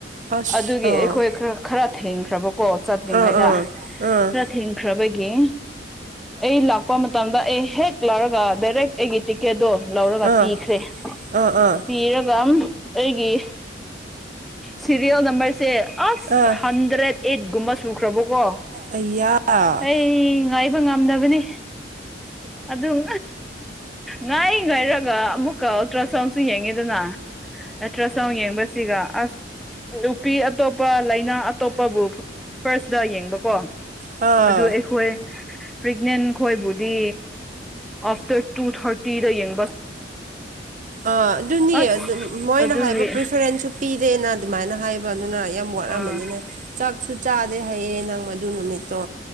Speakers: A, on the right; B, in the centre.
A: ꯑꯁ
B: ꯑꯗꯨꯒꯤ ꯑꯩꯈꯣꯏ ꯈꯔ ꯈꯔ ꯊꯦꯡꯈ꯭ꯔꯕꯀꯣ ꯆꯠꯇꯂꯤꯉꯩꯗ
A: ꯑꯥ ꯑꯥ ꯑꯥ
B: ꯊꯤꯡ ꯈ꯭ꯔꯕꯒꯤ ꯑꯩ ꯂꯥꯛꯄ ꯃꯇꯝꯗ ꯑꯩ ꯍꯦꯛ ꯂꯧꯔꯒ ꯗꯥꯏꯔꯦꯛ ꯑꯩꯒꯤ ꯇꯤꯀꯦꯠꯇꯣ ꯂꯧꯔꯒ
A: ꯑꯥ
B: ꯄꯤꯈ꯭ꯔꯦ
A: ꯑꯥ ꯑꯥ ꯑꯥ
B: ꯄꯤꯔꯒ ꯑꯩꯒꯤ꯫ ꯁꯤꯦꯔꯤꯌꯦꯜ ꯅꯝꯕꯔꯁꯦ ꯑꯁ
A: ꯑꯥ
B: ꯍꯟꯗ꯭ꯔꯦꯗ ꯑꯩꯠꯒꯨꯝꯕ ꯁꯨꯈ꯭ꯔꯕꯣꯀꯣ
A: ꯑꯌꯥ ꯑꯥ
B: ꯑꯩ ꯉꯥꯏꯕ ꯉꯝꯗꯕꯅꯤ ꯑꯗꯨꯝ ꯉꯥꯏ ꯉꯥꯏꯔꯒ ꯑꯃꯨꯛꯀ ꯑꯣꯜꯇ꯭ꯔ ꯁꯥꯎꯟꯁꯨ ꯌꯦꯡꯉꯤꯗꯅꯇ꯭ꯔ ꯆꯧ ꯌꯦꯡꯕꯁꯤꯒ ꯑꯁ ꯅꯨꯄꯤ ꯑꯇꯣꯞꯄ ꯂꯩꯥꯏꯅꯥ ꯑꯇꯣꯞꯄꯕꯨ ꯐꯥꯔꯁꯇ ꯌꯦꯡꯕꯀꯣ
A: ꯑꯥ
B: ꯑꯗꯨ ꯑꯩꯈꯣꯏ ꯄ꯭ꯔꯦꯛꯅꯦꯟ ꯈꯣꯏꯕꯨꯗꯤ ꯑꯥꯞꯇꯔ ꯇꯨ ꯊꯥꯔꯇꯤꯗ ꯌꯦꯡ
A: ꯑꯥ ꯑꯗꯨꯅꯤ
B: ꯑꯁ
A: ꯑꯗꯨ ꯃꯣꯏꯅ
B: ꯑꯗꯨꯒꯤ
A: ꯍꯥꯏꯕ ꯄ꯭ꯔꯤꯐꯔꯦꯟꯁ ꯄꯤꯔꯦꯅ ꯑꯗꯨꯃꯥꯏꯅ ꯍꯥꯏꯕ ꯑꯗꯨꯅ ꯌꯥꯝ ꯋꯥꯔꯝꯃꯅꯤꯅ꯫
B: ꯑꯥ
A: ꯆꯥꯛꯁꯨ ꯆꯥꯗꯦ ꯍꯥꯏꯌꯦ ꯅꯪ ꯃꯗꯨ ꯅꯨꯃꯤꯠꯇꯣ꯫